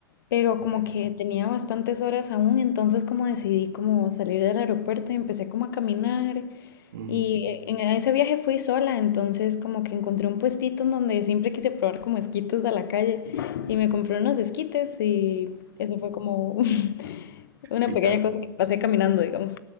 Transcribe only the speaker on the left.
pero
como que tenía bastantes horas aún, entonces como decidí como salir del aeropuerto y empecé como a caminar
y eh, en ese viaje fui sola, entonces como que encontré un puestito en donde siempre quise probar como esquites de la calle y me compré unos esquites y eso fue como <laughs> una
pequeña
cosa que pasé caminando, digamos.